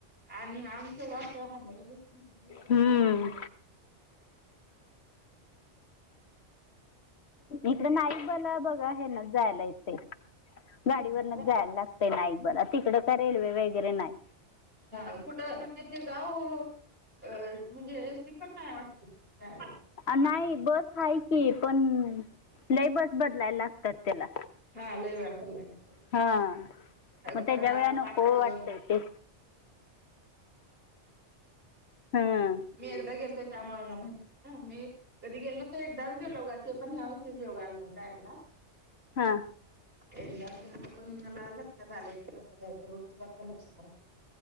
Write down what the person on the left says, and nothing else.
हम्म इकडनाही बला बघा हेन जायला येतय. गाडीवरनच
जायला लागतय नाईक बा ला तिकडं का रेल्वे वगैरे नाही.
नाही बस हेाय की पण लय बस बदलायला लागतात त्याला
हां मग
त्याच्या वेळा नको
वाटतंय ते हां
हा.